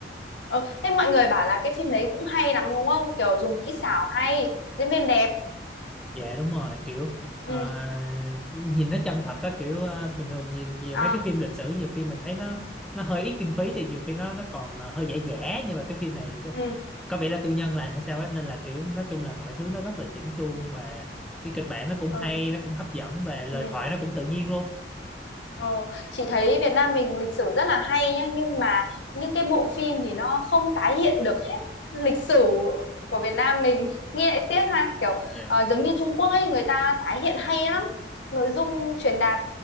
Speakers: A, on the left (about 80°); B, in the centre.
A: Ờ, thế mọi người bảo là cái phim đấy cũng hay lắm đúng không? Kiểu dùng kỹ xảo hay, diễn viên đẹp.
B: dạ đúng rồi kiểu ờ,
A: Ừ.
B: nhìn nó chân thật á kiểu ờ, bình thường nhiều, nhiều
A: À,
B: mấy cái phim lịch sử nhiều khi mình thấy nó nó hơi ít kinh phí thì nhiều khi nó nó còn ờ, hơi giả giả nhưng mà cái phim này có,
A: ừ,
B: có vẻ là tư nhân làm hay sao á nên là kiểu nói chung là mọi thứ nó rất là chỉnh chu và cái kịch bản nó cũng
A: ừ,
B: hay nó cũng hấp dẫn và lời
A: ừ.
B: thoại nó cũng tự nhiên luôn
A: Ờ, chị thấy Việt Nam mình lịch sử rất là hay nhá nhưng mà những cái bộ phim thì nó không tái hiện được hết lịch sử của Việt Nam mình nghe lại tiếc ha kiểu
B: dạ
A: ờ, giống như Trung Quốc ấy người ta tái hiện hay lắm nội dung truyền đạt